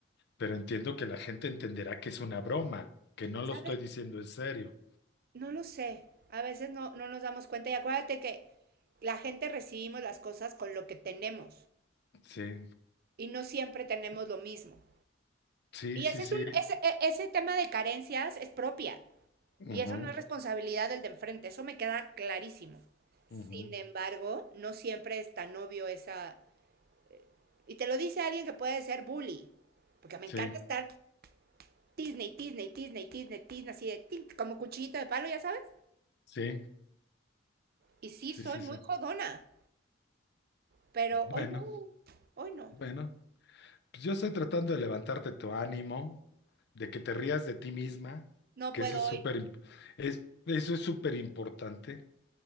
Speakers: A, on the left (about 60°); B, on the right (about 50°).
A: pero entiendo que la gente entenderá que es una broma, que no lo
B: ¿Sabe?
A: estoy diciendo en serio.
B: No lo sé. A veces no, no nos damos cuenta. Y acuérdate que la gente recibimos las cosas con lo que tenemos
A: Sí,
B: y no siempre tenemos lo mismo.
A: sí,
B: Y
A: sí,
B: ese
A: sí.
B: es un, ese, e- ese tema de carencias es propia.
A: Ujú,
B: Y eso no es responsabilidad del de enfrente, eso me queda clarísimo.
A: ujú.
B: Sin embargo, no siempre es tan obvio esa... eh, Y te lo dice alguien que puede ser bully, porque me
A: Sí,
B: encanta estar Disney, Disney, Disney, Disney, Disney, así de tic, como cuchillito de palo, ya sabes.
A: sí,
B: Y sí,
A: sí,
B: soy
A: sí,
B: muy
A: sí.
B: jodona, pero
A: Bueno,
B: hoy no, hoy no,
A: bueno. Pues yo estoy tratando de levantarte tu ánimo, de que te rías de ti misma,
B: no
A: que
B: puedo
A: eso es
B: hoy.
A: súper, imp- es, eso es súper importante,